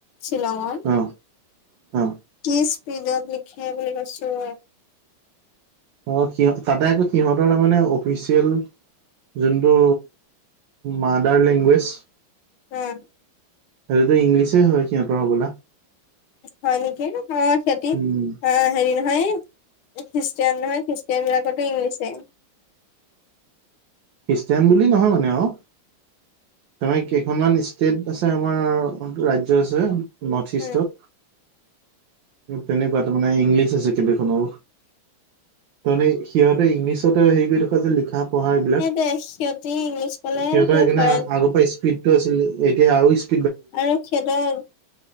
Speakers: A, on the left; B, on the right.
A: শ্বিলঙত।
B: অ অ
A: কি স্পিডত লিখে বুলি কৈছো।
B: অ সিহঁ তাতে আকৌ সিহঁতৰ তাৰমানে অফিচিয়েল যোনটো মাডাৰ লেংগুৱেজ।
A: উম।
B: সেইটোতো ইংলিচে হয় সিহঁতৰ হ'বলা।
A: হয় নেকি? অ সিহতি অ
B: উম
A: হেৰি নহয় খ্ৰীষ্টিয়ান নহয় খ্ৰীষ ষ্টানবিলাক কতো ইংলিছে।
B: খ্ৰীষ্টিয়ান বুলি নহয় মানে অও তাৰমানে কেইখনমান ষ্টেট আছে আমাৰ ৰাজ্য আছে নৰ্থ
A: উম
B: ইষ্টত। তেনেকুৱা তাৰ মানে ইংলিছ আছে কেইবাখনৰো তাৰমানে সিহঁতে ইংলিছতে হেৰি কৰি থকা যে লিখা - পঢ়া এইবিলাক।
A: দে সিহঁতি ইংলিছ কলে
B: সিহঁতৰ
A: কিবা
B: সেইকাৰণে
A: ফৰেন
B: আ আগৰ পৰা স্পীডটো আছিল এতিয়া আৰু ইচ
A: আৰু সিহঁতৰ